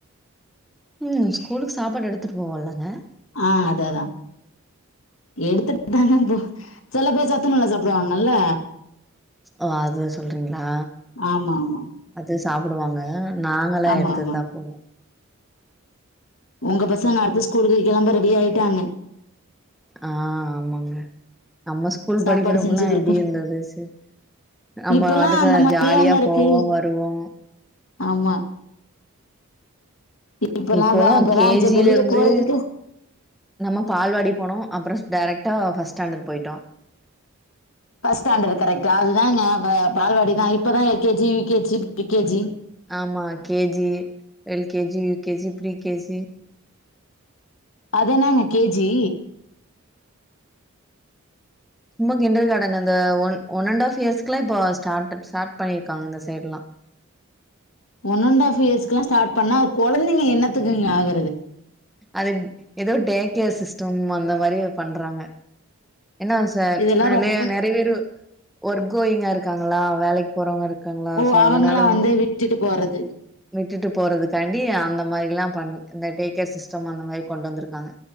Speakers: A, in the centre; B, on the left.
A: ம் ஸ்கூலுக்கு சாப்பாடு எடுத்துட்டு போவம்லங்க
B: ஆ அததா எடுத்துட்டுதான செல பேர் சத்துணவு சாப் துவாங்கல்ல
A: ஓ அது சொல்றீங்ளா
B: ஆமா ஆமா
A: அது சாப்டுவாங்க நாங்களா
B: ஆமா
A: எடுத்துதா
B: ஆமா
A: போவோ
B: உங்க பசங்க அடுத்து ஸ்கூலுக்கு கெளம்ப ரெடி ஆயிட்டாங்க
A: ஆ ஆமாங்க நம்ம ஸ்கூல்
B: சாப்பாடு
A: படிக்கிறப்பல்லா
B: செஞ்சுக்கிருக்கு
A: எப்டி இருந்துது சி நம்ம
B: இப்பல்லாம்
A: ஆட்டுக்கு
B: அந்த மாதிரியாங்க
A: ஜாலியா
B: இருக்கு
A: போவோ வருவோ
B: ஆமா இப்பெல்லாம்
A: இப்போல்லா
B: வே- இப்பெல்லாம்
A: கே
B: சரி
A: ஜி
B: வெளியில
A: ல இருந்து
B: போறதுக்கு
A: நம்ம பால்வாடி போனோ அப்பறோ டேரக்டா ஃபர்ஸ்ட் ஸ்டாண்டட் போயிட்டோ
B: ஃபஸ்ட்டு ஸ்டாண்டர்டு கரெக்டா அதுதாங்க பால்வாடிதா இப்பதா L K G, U K G, pre K G
A: ஆமா K G L K G, U K G pre-KG
B: அது என்னங்க கே ஜி
A: சும்மா கிண்டர்காடன் அந்த ஒன் ஒன் அண்ட்டாஃப் இயர்ஸ்க்குலா இப்போ ஸ்டாட்டப் ஸ்டார்ட் பண்ணிருக்காங்க இந்த சைட்லா
B: ஒன்அண்ட் ஹாஃப் இயர்ஸ்குலா ஸ்டாட் பண்ணா கெழந்தைங்க என்ன <unintelligible>
A: அது ஏதோ டே கேர் சிஸ்டம் அந்த மாரி பண்றாங்க என்னா சார்
B: இதெல்லாம்
A: நெறய
B: ரொம்ப
A: நெறைய பேரு ஒர்க் கோயிங்கா இருக்காங்களா வேலைக்கு போறவங்க இருக்காங்களா
B: ஓ
A: சோ
B: அவங்களாம்
A: அதனால வந்து
B: விட்டுட்டு போறது
A: விட்டுட்டு போறதுக்காண்டி அந்த மாரில்லா பண் இந்த டேக்கே சிஸ்டம் அந்த மாரி கொண்டு வந்துருக்காங்க